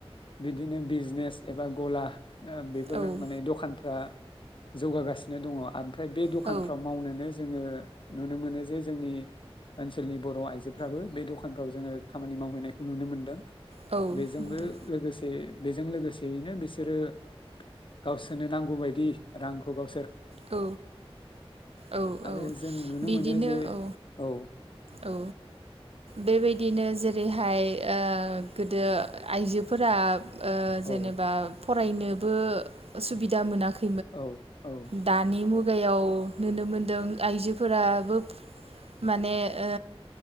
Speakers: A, on the left; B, on the right.
A: बिदिनो बिजनेस एबा गला बेफोर
B: औ औ
A: माने दखानफ्रा जौगागासिनो दङ आ ओमफ्राय बे दखानफ्राव
B: औ
A: मावनोनो जोङो नुनो मोनो जे जोंनि ओनसोलनि बर' आयजोफ्राबो बे दखानफ्राव जोङो खामानि मावहैनायखौ नुनो मोनदों।
B: औ
A: बेजोंबो
B: नोंथां
A: लोगोसे बेजों लोगोसेयैनो बिसोरो गावसोरनो नांगौबायदि। रांखौ गाव
B: औ औ
A: आरो
B: औ
A: जों नुनो
B: बिदिनो
A: मोनो जे
B: औ
A: औ
B: औ बेबायदिनो जेरैहाय ओ गोदो आइजोफोरा ओ
A: औ
B: जेनेबा फरायनोबो सुबिदा मोनाखै
A: औ औ।
B: दानि मुगायाव नुनो मोनदों आइजोफोराबो माने ओ